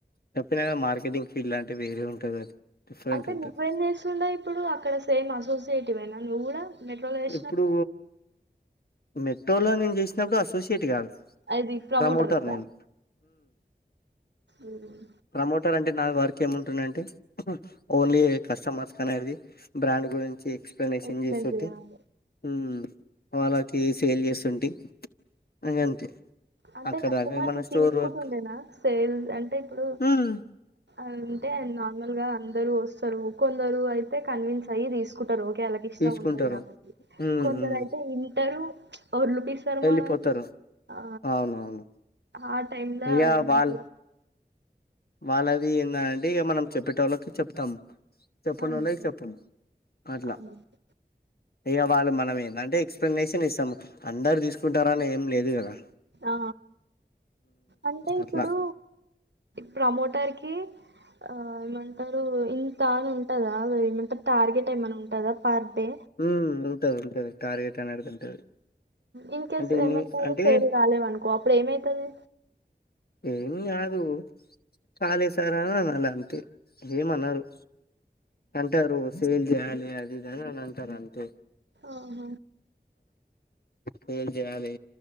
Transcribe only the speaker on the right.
అంటే
నువ్వేం చేస్తుండే ఇప్పుడు అక్కడ సేమ్ అసోసియేట్ వే న నువ్వు గూడ మెట్రోలో చేసినప్పుడు
అది
కదా
ఉమ్.
ఎక్స్ప్లెయిన్
చేయాలి
అంటే
కస్టమర్
తీసుకుంటు
ఉండేనా సేల్స్ అంటే ఇప్పుడు
అంటే నార్మల్ గా కొందరు వస్తరు కొందరు అయితే కన్విన్స్ అయ్యి తీసుకుంటరు ఎళ్ళకి ఇష్టం
ఉంటది కాబట్టి
కొందరు
అయితే ఇంటరూ ఓర్ ల్యూటిస్తారు
శర్మా నాది ఆ
ఆ టైమ్ ల
ఏమంటారు
అంతే
అంతే
ఆ అంటే ఇప్పుడు
ప్రమోట్ టర్కీ ఆ ఏమంటారు ఇంత అని ఉంటదా ఏమంటారు టార్గెట్ ఏమన్నా ఉంటందా పర్ డే
ఇన్ కేస్
ఏమంటారు
సేల్ గాలేదనుకో అప్పుడు ఏమైతది.
ఆహ